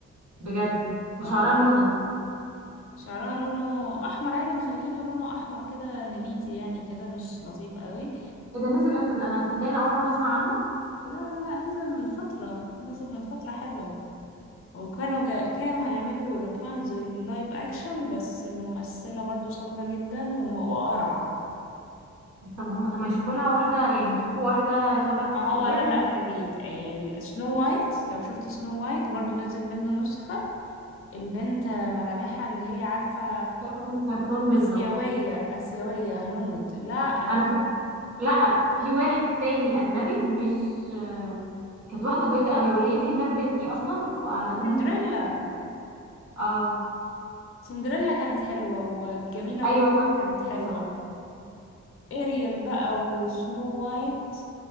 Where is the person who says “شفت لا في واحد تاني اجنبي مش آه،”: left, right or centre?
Right